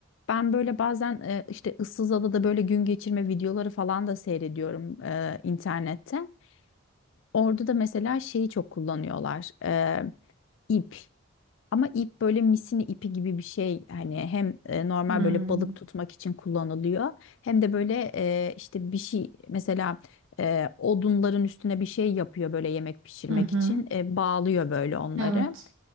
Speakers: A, on the left (about 55°); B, on the right (about 65°).
A: ben böyle bazen e, işte ıssız adada böyle gün geçirme videoları falan da seyrediyorum e, internette. Orada da mesela şeyi çok kullanıyorlar. e, ip. Ama ip böyle misini ipi gibi bir şey. Hani hem e, normal
B: Hmm.
A: böyle balık tutmak için kullanılıyor. Hem de böyle e, işte bir şey mesela e, odunların üstüne bir şey yapıyor böyle yemek pişirmek
B: Hı hı.
A: için. E, bağlıyor böyle onları
B: Evet.